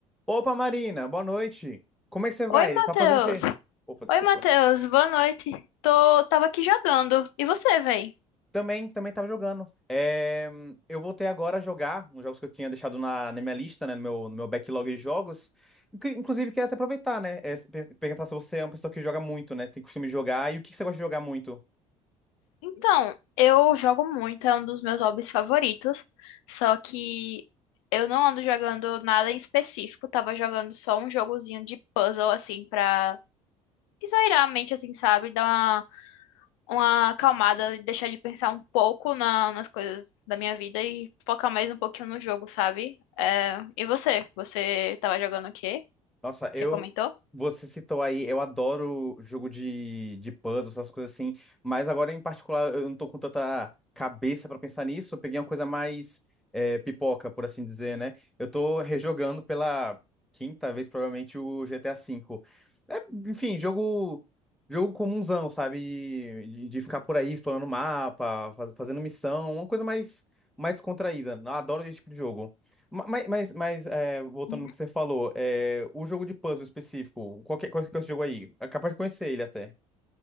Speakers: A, in the centre; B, on the left.
A: Opa, Marina, boa noite. Como é que você vai?
B: Oi, Matheus.
A: Tá fazendo o quê? Opa, desculpa.
B: Oi, Matheus. Boa noite. Tô, tava aqui jogando. E você, véi?
A: Também, também tava jogando. É, hum, eu voltei agora a jogar uns jogos que eu tinha deixado na, na minha lista, né, no meu, no meu backlog de jogos. Inclu- Inclusive, queria até aproveitar, né, é, pe- perguntar se você é uma pessoa que joga muito, né, tem costume de jogar, e o que que você gosta de jogar muito?
B: Então, eu jogo muito, é um dos meus hobbies favoritos. Só que eu não ando jogando nada em específico. Tava jogando só um jogozinho de puzzle, assim, pra esairar a mente, assim, sabe? Dar uma, uma acalmada e deixar de pensar um pouco na- nas coisas da minha vida e focar mais um pouquinho no jogo, sabe? É, E você? Você tava jogando o quê?
A: Nossa,
B: Você
A: eu.
B: comentou?
A: Você citou aí, eu adoro jogo de, de puzzle, essas coisas assim, mas agora em particular eu não tô com tanta cabeça pra pensar nisso, eu peguei uma coisa mais eh, pipoca, por assim dizer, né? Eu tô rejogando pela quinta vez, provavelmente, o GTA V. É, enfim, jogo, jogo comunzão, sabe? De, de ficar por aí explorando o mapa, faz- fazendo missão, uma coisa mais, mais contraída. Eu Adoro esse tipo de jogo. Ma- Mas, mas, mas é, voltando
B: Uhum.
A: no que você falou, é, o jogo de puzzle específico, qual que, qual que é esse jogo aí? É capaz de conhecer ele até.